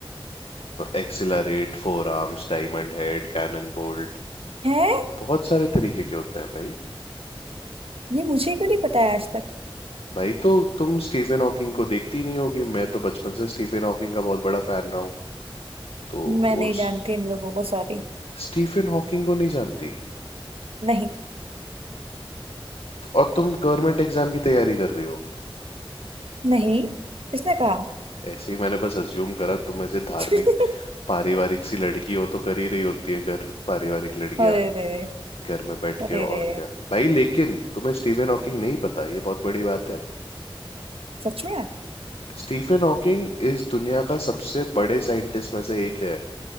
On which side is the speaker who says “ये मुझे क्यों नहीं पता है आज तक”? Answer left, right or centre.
Right